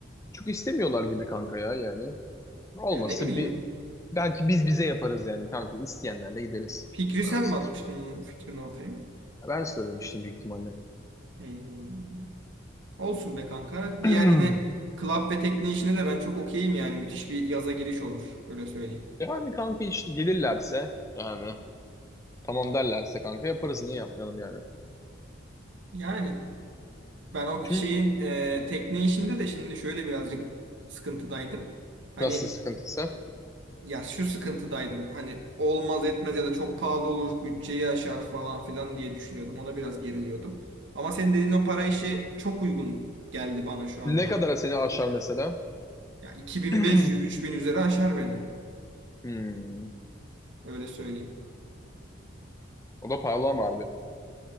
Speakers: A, on the left (about 15°); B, on the right (about 70°).
A: çok istemiyorlar gibi kanka ya yani. Olmazsa
B: Yani ne bileyim
A: bir belki biz bize yaparız yani kanka isteyenlerle gideriz.
B: fikri
A: Anasını
B: sen mi atmıştın
A: satayım.
B: fikrin ortaya?
A: Ben soruyorum şimdi büyük ihtimalle.
B: Hmm. Olsun be kanka. Diğer
A: <clears throat>
B: yine club ve tekne işine de ben çok okeyim yani. Müthiş bir yaza giriş olur. Öyle söyleyeyim.
A: Yani kanka işte gelirlerse yani tamam derlerse kanka yaparız niye yapmayalım yani.
B: Yani ben o şeyin
A: Çünkü
B: e, tekne işinde de şimdi şöyle birazcık sıkıntıdaydım. Hani
A: Nasıl sıkıntısı?
B: ya şu sıkıntıdaydım. Hani olmaz etmez ya da çok pahalı olur. Bütçeyi aşar falan filan diye düşünüyordum. Ona biraz geriliyordum. Ama senin dediğin o para işi çok uygun geldi bana şu
A: Ne
B: anda.
A: kadara seni aşar mesela?
B: Ya 2500-3000
A: <clears throat>
B: üzeri aşar beni.
A: Hmm.
B: Öyle söyleyeyim.
A: O da pahalı ama harbi.